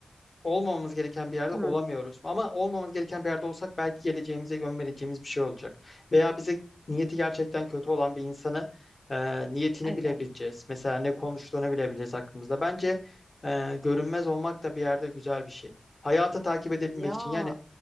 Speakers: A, on the left (about 35°); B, on the right (about 20°).
A: olmamamız gereken bir yerde
B: Hı.
A: olamıyoruz. Ama olmamamız gereken bir yerde olsak belki geleceğimize yön vereceğimiz bir şey olacak. Veya bize niyeti gerçekten kötü olan bir insanı e, niyetini
B: Evet.
A: bilebileceğiz. Mesela ne konuştuğunu bilebileceğiz hakkımızda. Bence e, görünmez olmak da bir yerde güzel bir şey. Hayata takip edebilmek
B: Ya
A: için yani